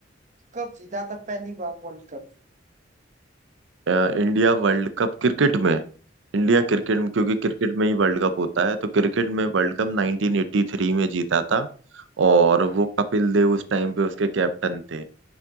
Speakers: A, on the right; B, on the right.
A: कब जीता था पहली बार वर्ल्ड कप
B: अ, इंडिया वर्ल्ड कप क्रिकेट में इंडिया
A: हाँ
B: क्रिकेट में क्योंकि क्रिकेट में ही वर्ल्ड कप होता है तो क्रिकेट में वर्ल्ड कप 1983 में जीता था और वो कपिल देव उस टाइम पे उसके कैप्टन थे